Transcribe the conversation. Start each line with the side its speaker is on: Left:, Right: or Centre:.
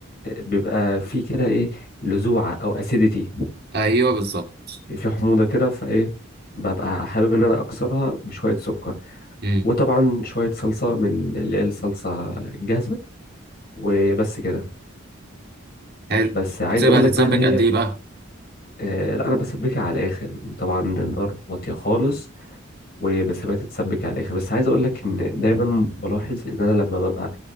Left: بيبقى في كده ايه لذوعه او اسيديتي
Right: ايوه بالظبط
Left: في حموضه كده فايه ببقى حابب ان انا اكسرها بشويه سكر
Right: امم
Left: وطبعا شويه صلصه من اللي هي الصلصه الجاهزه وبس كده
Right: حلو
Left: بس
Right: بتسيبها
Left: عايز اقول
Right: تتسبك
Left: لك بقى ان هي
Right: قد ايه بقى
Left: آه لا انا بسبكها على الاخر طبعا النار واطيه خالص وبسيبها تتسبك على الاخر بس عايز اقول لك ان دايما بلاحظ ان انا لما ببقى